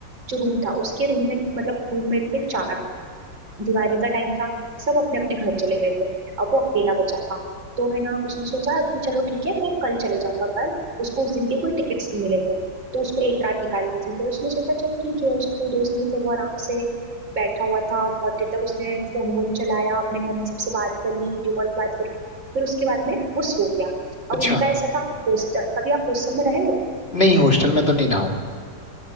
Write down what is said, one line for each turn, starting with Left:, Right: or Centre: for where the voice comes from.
Right: जो रूम था उसके रूम में मतलब रूममेट थे चार दिवाली का टाइम था सब अपने अपने घर चले गए थे अब वो अकेला बचा था तो है ना उसने सोचा कि चलो ठीक है मैं कल चले जाऊंगा घर उसको उस दिन के कोई टिकट्स नहीं मिले थे तो उसको एक रात निकालनी थी तो उसने सोचा चलो ठीक है उसके कोई दोस्त नहीं थे वो आराम से बैठा हुआ था बहुत देर तक उसने फोन वोन चलाया अपने घर में सबसे बात करी वीडियो कॉल पे बात करी फिर उसके बाद में वो सो गया अब
Left: अच्छा
Right: उनका ऐसा था हॉस्टल कभी आप हॉस्टल में रहे हो
Left: नहीं हॉस्टल में तो नहीं रहा हूँ